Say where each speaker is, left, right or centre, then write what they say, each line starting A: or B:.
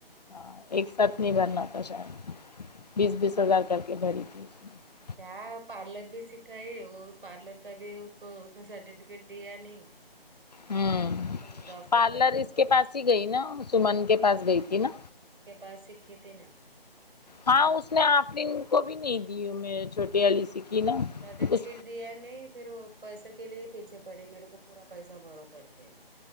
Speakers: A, on the left; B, on the right.
A: ہاں ایک ساتھ نہیں بھرنا تھا شاید بیس بیس ہزار کر کے بھری تھی اس نے
B: کیا پارلر بھی سکھائی وہ پارلر کا بھی اس کو اس نے سرٹیفکیٹ دیا نہیں
A: ہوں
B: تو اس کا موڈ آف
A: پارلر
B: ہو گیا پورا
A: اس کے پاس ہی گئی نا سمن کے پاس گئی تھی نا
B: جمن کے پاس سییکھی تھی نا
A: ہاں اس نے آفرین کو بھی نہیں دی میںج چھوٹے والی سکھی نا
B: سرٹیفکیٹ
A: اس
B: دیا نہیں پھر پیسے کے لیے پیچھے پڑی میرے کو پورا پیسہ بھرو کر کے